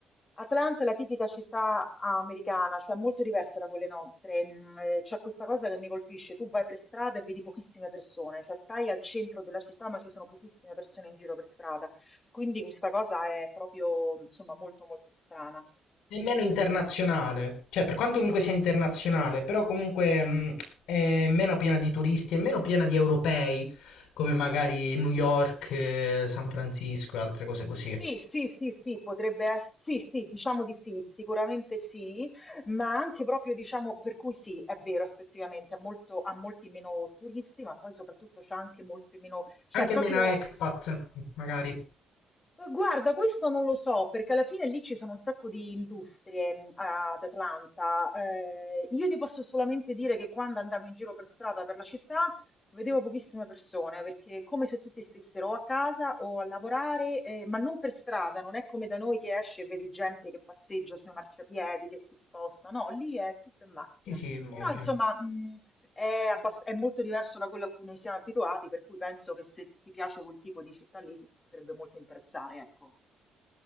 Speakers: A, on the left; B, on the left.
A: Atlanta è la tipica città americana, cioè molto diversa da quelle nostre. Mm, eh, C'è questa cosa che mi colpisce, tu vai per strada e vedi pochissime persone, cioè stai al centro della città ma ci sono pochissime persone in giro per strada, quindi questa cosa è proprio insomma molto molto strana.
B: È meno internazionale, cioè per quanto comunque sia internazionale, però comunque mh, è meno piena di turisti, è meno piena di europei, come magari New York, eh, San Francisco e altre cose così.
A: Sì, sì, sì, sì, potrebbe ess sì, sì, diciamo di sì, sicuramente sì, ma anche proprio diciamo per cui sì, è vero effettivamente, ha molto ha molti meno turisti, ma poi soprattutto c'ha anche molti meno cioè
B: Anche
A: proprio
B: meno expat, magari.
A: eh, Guarda, questo non lo so, perché alla fine lì ci sono un sacco di industrie mh, ad Atlanta. Eh, io ti posso solamente dire che quando andavo in giro per strada per la città vedevo pochissime persone, perché è come se tutti stessero o a casa o a lavorare, eh, ma non per strada, non è come da noi che esce e vedi gente che passeggia sui marciapiedi, che si sposta, no, lì è tutto in macchina.
B: Sì, sì, immagino.
A: Però insomma, mh, è, abbast- è molto diverso da quello a cui noi siamo abituati, per cui penso che se ti piace quel tipo di città lì ti potrebbe molto interessare, ecco.